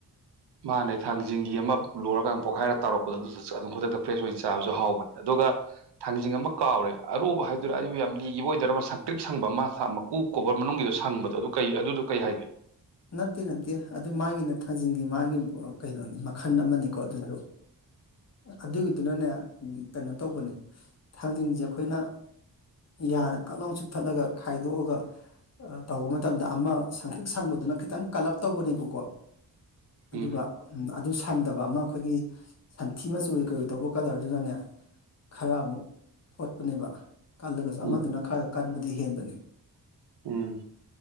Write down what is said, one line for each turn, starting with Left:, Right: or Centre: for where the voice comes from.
Right: ꯃꯥꯅꯦ ꯊꯥꯡꯖꯤꯡꯒꯤ ꯑꯃ ꯂꯣꯏꯔꯀꯥꯟꯗ ꯄꯣꯛꯈꯥꯏꯔ ꯇꯥꯎꯔꯛꯄꯗ ꯑꯗꯨ ꯑꯗꯨꯝ ꯈꯨꯗꯛꯇ ꯐ꯭ꯔꯦꯁ ꯑꯣꯏꯅ ꯆꯥꯕꯁꯨ ꯍꯥꯎꯕꯅꯦ ꯑꯗꯨꯒ ꯊꯥꯡꯖꯤꯡ ꯑꯃ ꯀꯥꯎꯔꯦ ꯑꯔꯨꯕ ꯍꯥꯏꯗꯨꯔꯥ ꯑꯔꯤꯕ ꯌꯥꯝ ꯂꯤꯒꯤꯈꯤꯕ ꯑꯣꯏꯗꯣꯏꯔꯥ ꯁꯪ ꯄ꯭ꯔꯤꯛ ꯁꯪꯕ ꯑꯃ ꯃꯀꯨ ꯀꯣꯕꯔ ꯃꯅꯨꯡꯒꯤꯗꯣ ꯁꯪꯕꯗꯣ ꯑꯗꯨ ꯀꯩ ꯑꯗꯨꯗꯣ ꯀꯩ ꯍꯥꯏꯒꯦ
Left: ꯅꯠꯇꯦ ꯅꯠꯇꯦ ꯑꯗꯨ ꯃꯥꯒꯤꯅꯦ ꯊꯥꯡꯖꯤꯡꯒꯤ ꯃꯥꯒꯤ ꯀꯩꯅꯣꯅꯤ ꯃꯈꯜ ꯑꯃꯅꯤꯀꯣ ꯑꯗꯨꯁꯨ ꯑꯗꯨꯒꯤꯗꯨꯅꯅꯦ ꯀꯩꯅꯣ ꯇꯧꯕꯅꯤ ꯊꯥꯡꯖꯤꯡꯁꯦ ꯑꯩꯈꯣꯏꯅ ꯌꯥꯅ ꯀꯛꯂꯥꯎ ꯆꯨꯞꯛꯊꯠꯂꯒ ꯈꯥꯏꯗꯣꯛꯑꯒ ꯇꯧꯕ ꯃꯇꯝꯗ ꯑꯃ ꯁꯪꯇꯛ ꯁꯪꯕꯗꯨꯅ ꯈꯤꯇꯪ ꯀꯜꯂꯞ ꯇꯧꯕꯅꯦꯕꯀꯣ ꯑꯗꯨꯒ
Right: ꯎꯝ
Left: ꯑꯗꯨ ꯁꯪꯗꯕ ꯑꯃ ꯑꯩꯈꯣꯏꯒꯤ ꯁꯟꯊꯤ ꯃꯆꯨ ꯀꯩ ꯇꯧꯕ ꯀꯂꯔꯗꯨꯅꯅꯦ ꯈꯔ ꯑꯃꯨꯛ ꯊꯣꯠꯄꯅꯦꯕ ꯀꯜꯂꯒꯁꯨ
Right: ꯎꯝ
Left: ꯑꯃꯗꯨꯅ
Right: ꯎꯝ
Left: ꯈꯔ ꯀꯟꯕꯗꯤ ꯍꯦꯟꯕꯅꯦ
Right: ꯎꯝ